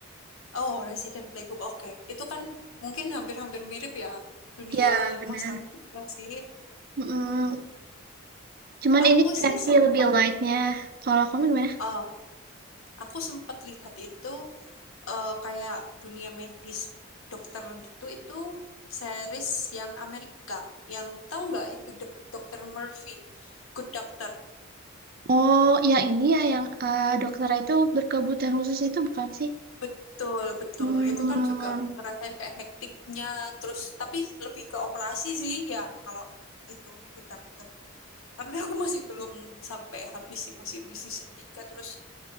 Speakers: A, on the left; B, on the right.
A: Oh, Resident Playbook. Oke. Itu kan mungkin hampir-hampir mirip ya dunia
B: Ya, benar.
A: rumah sakit ya sih.
B: Mm-mm. Cuman
A: Aku
B: ini versi
A: sih sempet
B: lebih lightnya. Kalau kamu gimana?
A: eh, aku sempet lihat itu eh, kayak dunia medis dokter gitu itu series yang Amerika yang tahu nggak itu Dok- Dr. Murphy Good Doctor
B: Oh, yang ini ya, yang eh, dokter itu berkebutuhan khusus itu bukan sih?
A: betul betul
B: Hmm,
A: itu kan juga ngerasain kayak hektiknya terus tapi lebih ke operasi sih ya kalau itu Good Doctor tapi aku masih belum sampai habis sih masih di season tiga terus